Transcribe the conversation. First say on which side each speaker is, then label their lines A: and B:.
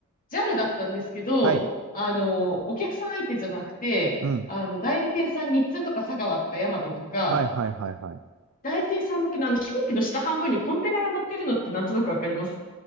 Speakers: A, on the left (about 40°); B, on the right (about 80°).
A: JAL だったんですけど、
B: はい。
A: あのー、お客さん相手じゃなくて、
B: うん。
A: あの、代理店さん、日通とか佐川とかヤマトとか、
B: はい、はい、はい、はい。
A: 代理店さん向けのあの、飛行機の下半分にコンテナが乗ってるのってなんとなくわかります。